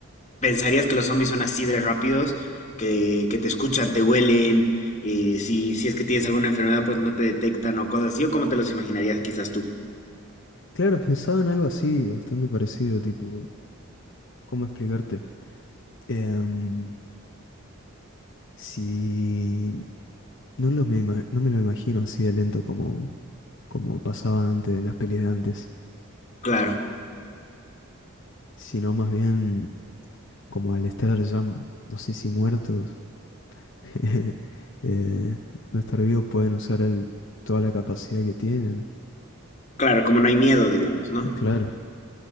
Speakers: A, on the left (about 35°); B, on the left (about 55°).
A: pensarías que los zombies son así de rápidos, que, que te escuchan, te huelen, eh, si, si es que tienes alguna enfermedad pues no te detectan o cosas así, o cómo te los imaginarías quizás tú?
B: Claro, pensaba en algo así, bastante parecido, tipo, ¿cómo explicarte? Em, si no, lo me, ima- no me lo imagino así de lento como, como pasaba antes en las pelis de antes,
A: Claro,
B: sino más bien... como al estar ya, no sé si muertos, <laughs> eh, no estar vivos pueden usar el- toda la capacidad que tienen.
A: claro, como no hay miedo, digamos, ¿no?
B: Claro.